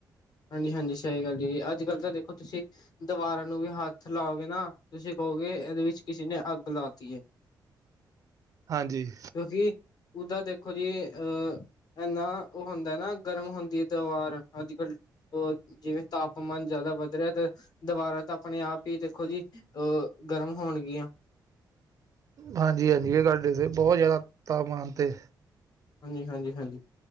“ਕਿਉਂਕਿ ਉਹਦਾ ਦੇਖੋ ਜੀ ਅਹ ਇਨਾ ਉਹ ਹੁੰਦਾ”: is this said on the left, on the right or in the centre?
Left